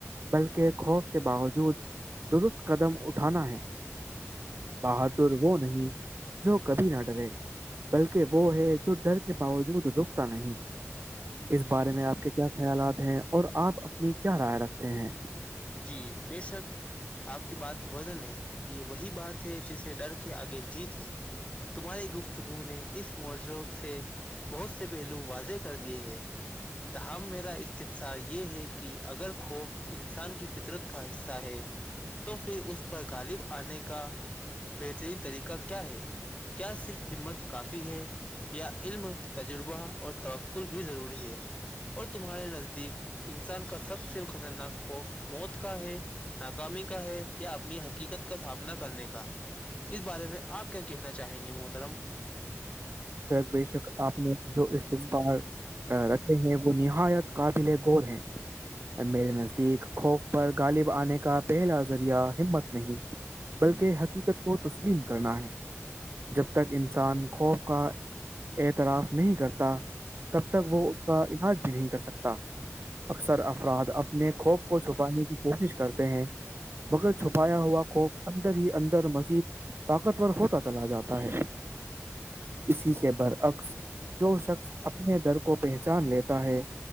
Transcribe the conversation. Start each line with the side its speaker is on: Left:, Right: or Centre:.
Right: بلکہ خوف کے باوجود درست قدم اٹھانا ہے بہادر وہ نہیں جو کبھی نہ ڈرے بلکہ وہ ہے جو ڈر کے باوجود رکتا نہیں اس بارے میں آپ کے کیا خیالات ہیں اور آپ اپنی کیا رائے رکھتے ہیں
Left: جی بے شک آپ کی بات وزن ہے یہ وہی بات ہے جسے ڈر کے آگے جیت ہے تمہاریے گفتگو نے اس معجروق سے بہت سے پہلو واضح کر دیے ہیں ت ہم میرا استفصا یہ ہے کہ اگر خوف ان سان کی فطرت کا حصہ ہے تو پھر اس پر غالب آنے کا بہترین طریقہ کیا ہے کیا صرف ہمت کافی ہے یا علم تجربہ اور توقل بھی ضروری ہے اور تمہارے نزدیک انسان کا سب سے خطرناک خوف موت کا ہے ناکامی کا ہے یا اپنی حقیقت کا سامنا کرنے کا اس بارے میں آپ کیا کہنا چاہیں گے محترم
Right: بےشک آپ نے جو استال رکھے ہیں وہ نہایت قابل گوور ہیں میرے نزدیک خوف پر غالب آنے کا پہلا ذریعہ ہمت نہیں بلکہ حقیقت کو تسلیم کرنا ہے جب تک انسان خوف کا اعتراف نہیں کرتا تب تک وہ اس کا علاج بھی نہیں کر سکتا اکثر افراد اپ اپنے خوپ کو چھپانے کی کوشش کرتے ہیں مگر چھپایا ہوا خوف اندر ہی اندر مزید طاقتور ہوتا چلا جاتا ہے اسی کے برعکس جو شخص اپنے در کو پہچان لیتا ہے